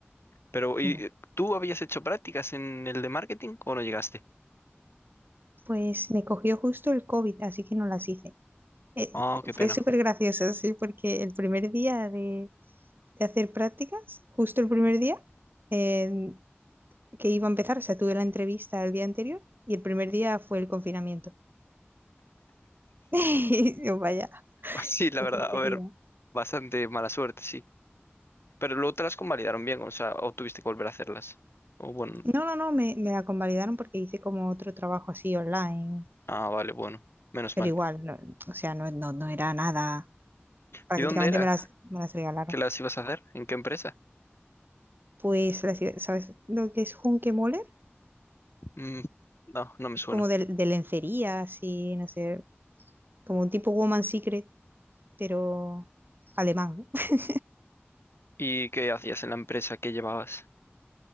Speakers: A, on the left; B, on the right.
A: Pero, ¿y
B: Bueno.
A: tú habías hecho prácticas en el de marketing o no llegaste?
B: Pues me cogió justo el COVID, así que no las hice. Eh,
A: Oh, qué
B: fue
A: pena.
B: súper gracioso, sí, porque el primer día de, de hacer prácticas, justo el primer día eh, que iba a empezar, o sea, tuve la entrevista el día anterior y el primer día fue el confinamiento. <laughs> Y yo, vaya,
A: <laughs> Sí, la
B: qué
A: verdad,
B: puntería.
A: a ver, bastante mala suerte, sí. Pero luego te las convalidaron bien, o sea, o tuviste que volver a hacerlas. O bueno,
B: No, no, no, me, me la convalidaron porque hice como otro trabajo así online,
A: ah, vale, bueno, menos
B: pero
A: mal.
B: igual, no- o sea, no, no, no era nada, prácticamente
A: ¿Y dónde era
B: me las, me las regalaron.
A: que las ibas a hacer? ¿En qué empresa?
B: Pues, las- ¿sabes lo que es Hunkemöller?
A: Mm, no, no me
B: Es
A: suena.
B: como de, de lencería, así, no sé, como un tipo Woman Secret, pero alemán. <laughs>
A: ¿Y qué hacías en la empresa que llevabas?